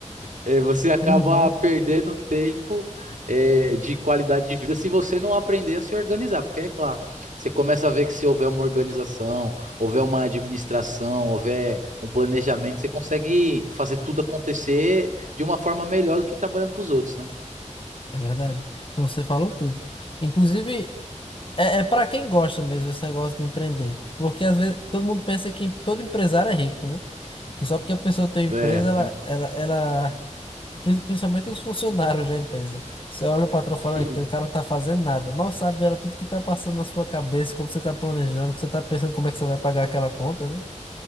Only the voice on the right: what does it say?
É, você acaba
perdendo tempo, é, de qualidade de vida se você não aprender a se organizar, porque é claro, você começa a ver que se houver uma organização, houver uma administração, houver um planejamento, você consegue fazer tudo acontecer de uma forma melhor do que trabalhando para os outros, né?
Então, É.
<laughs>